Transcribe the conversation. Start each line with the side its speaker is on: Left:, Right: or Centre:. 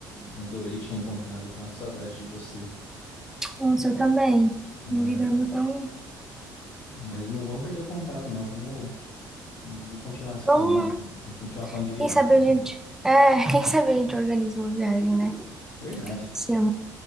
Left: adorei te encontrar, eu tava com saudade de você. Só-
Centre: Nossa, eu também.
Left: é,
Centre: Uma
Left: mas,
Centre: vida não tão.
Left: mas não vamos perder o contato, não. Vamos, vamos continuar se
Centre: Vamos,
Left: falando aí.
Centre: né?
Left: Vamos continuar falando de viagem.
Centre: Quem sabe
Left: né?
Centre: a gente. É, quem sabe a gente organiza uma viagem, né?
Left: Verdade.
Centre: Se eu